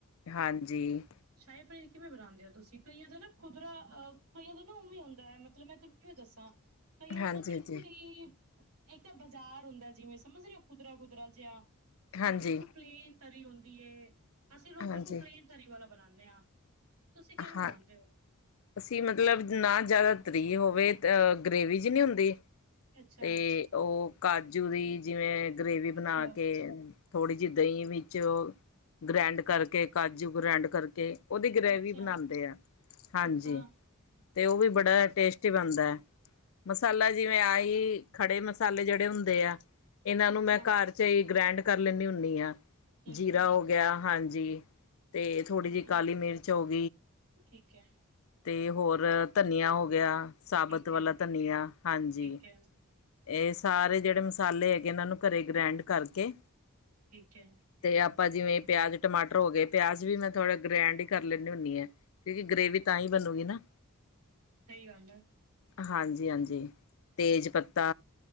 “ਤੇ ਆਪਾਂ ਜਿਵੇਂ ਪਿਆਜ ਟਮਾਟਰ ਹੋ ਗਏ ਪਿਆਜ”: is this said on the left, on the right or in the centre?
Left